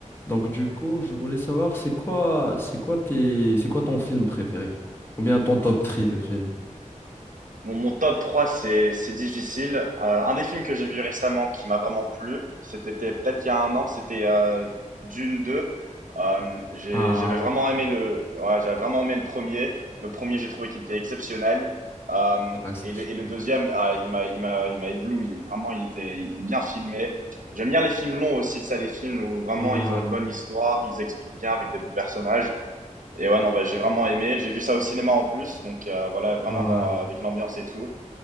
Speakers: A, on the left; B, on the right.
A: Donc du coup, je voulais savoir c'est quoi c'est quoi tes c'est quoi ton film préféré? Ou bien ton top 3 de films?
B: Mon mon top 3 c'est c'est difficile. Euh, un des films que j'ai vu récemment qui m'a vraiment plu, c'était peut-être il y a un an, c'était euh, Dune deux Euh, j'ai-
A: Ah
B: j'avais vraiment aimé le, ouais, j'avais vraiment aimé le premier. Le premier, j'ai trouvé qu'il était exceptionnel. Euh,
A: ouais, c'était
B: et le,
A: super.
B: et le deuxième, ah, il m'a, il m'a, il m'a ébloui. Vraiment, il était, il était bien filmé. J'aime bien les films longs aussi, de ça, les films où vraiment
A: Mm,
B: ils
A: Ouais,
B: ont une bonne histoire, ils expliquent bien avec des bons personnages. Et ouais, non, bah, j'ai vraiment aimé. J'ai vu ça au cinéma en plus, donc euh, voilà, vraiment
A: ouais.
B: dans, euh, avec l'ambiance et tout.